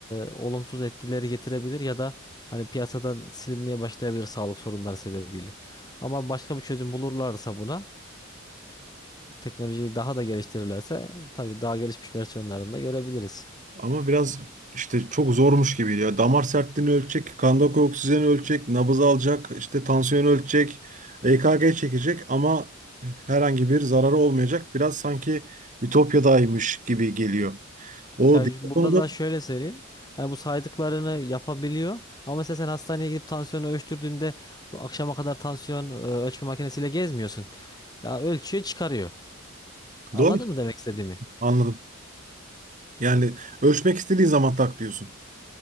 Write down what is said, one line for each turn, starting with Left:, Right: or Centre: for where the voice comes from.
Left: olumsuz etkileri getirebilir ya da hani piyasadan silinmeye başlayabilir sağlık sorunları sebebiyle. Ama başka bir çözüm bulurlarsa buna e, teknolojiyi daha da geliştirirlerse tabii daha gelişmiş versiyonlarında görebiliriz.
Right: Ama biraz işte çok zormuş gibiydi ya. Damar sertliğini ölçecek, kandaki oksijeni ölçecek, nabız alacak, işte tansiyonu ölçecek, EKG çekecek ama herhangi bir zararı olmayacak. Biraz sanki Ütopya'daymış gibi geliyor. O
Left: Ya
Right: diğer
Left: şimdi
Right: konuda
Left: burada da şöyle söyleyeyim. Hani bu saydıklarını yapabiliyor. Ama mesela sen hastaneye gidip tansiyonu ölçtürdüğünde do- akşama kadar tansiyon e, ölçme makinesiyle gezmiyorsun. Ya ölçüyor çıkarıyor. Anladın
Right: doğru
Left: mı demek istediğimi?
Right: anladım. Yani ölçmek istediğin zaman tak diyorsun.